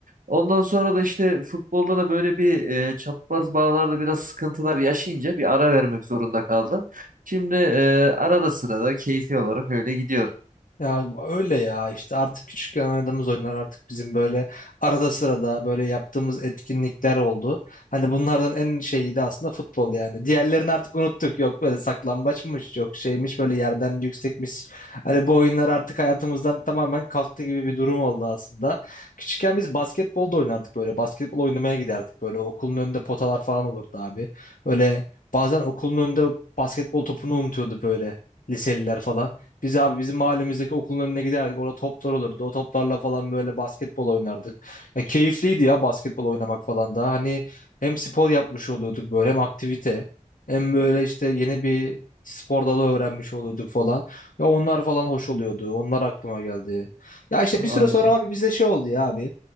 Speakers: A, on the right; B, on the left.
A: Ondan sonra da işte futbolda da böyle bir e, çapraz bağlarda biraz sıkıntılar yaşayınca bir ara vermek zorunda kaldım. Şimdi e, arada sırada keyfi olarak öyle gidiyorum.
B: Ya öyle ya işte artık küçükken oynadığımız oyunlar artık bizim böyle arada sırada böyle yaptığımız etkinlikler oldu. Hani bunlardan en şeyi de aslında futbol yani. Diğerlerini artık unuttuk. Yok böyle saklambaçmış, yok şeymiş böyle yerden yüksekmiş. Hani bu oyunlar artık hayatımızdan tamamen kalktı gibi bir durum oldu aslında. Küçükken biz basketbol da oynardık böyle. Basketbol oynamaya giderdik böyle. Okulun önünde potalar falan olurdu abi. Böyle bazen okulun önünde basketbol topunu unutuyordu böyle liseliler falan. Biz abi bizim mahallemizdeki okulun önüne giderdik. Orada toplar olurdu. O toplarla falan böyle basketbol oynardık. Ya keyifliydi ya basketbol oynamak falan da. Hani hem spor yapmış oluyorduk böyle hem aktivite. Hem böyle işte yeni bir spor dalı öğrenmiş oluyorduk falan. Ya onlar falan hoş oluyordu. Onlar aklıma geldi. Ya işte
A: Aynen.
B: bir süre sonra ama bizde şey oldu ya abi.